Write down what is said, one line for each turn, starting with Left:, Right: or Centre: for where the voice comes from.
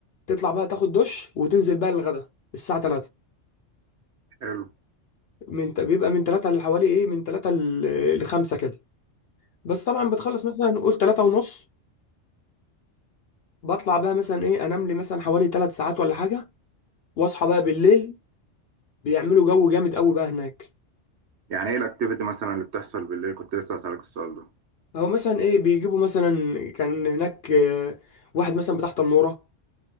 Left: تطلع بقى تاخد دش وتنزل بقى للغدا الساعة 3
Right: حلو
Left: من بيبقى من 3 لحوالي ايه من 3 ل 5 كده بس طبعا بتخلص مثلا نقول 3 ونص بطلع بقى مثلا ايه انام لي مثلا حوالي 3 ساعات ولا حاجة واصحى بقى بالليل بيعملوا جو جامد قوي بقى هناك
Right: يعني ايه الاكتيفيتي مثلا اللي بتحصل بالليل كنت لسه هسألك السؤال ده
Left: او مثلا ايه بيجيبوا مثلا كان هناك آه، واحد مثلا بتاع تنورة